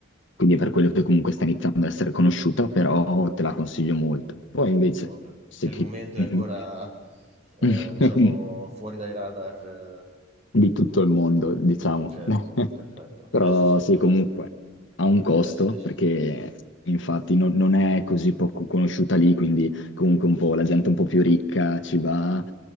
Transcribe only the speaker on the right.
Insomma, per,
per
il momento
è ancora, eh,
diciamo, fuori dai radar. eh.
Ok,
perfetto.
Beh, sì, sì,
allora
mi interessa
decisamente.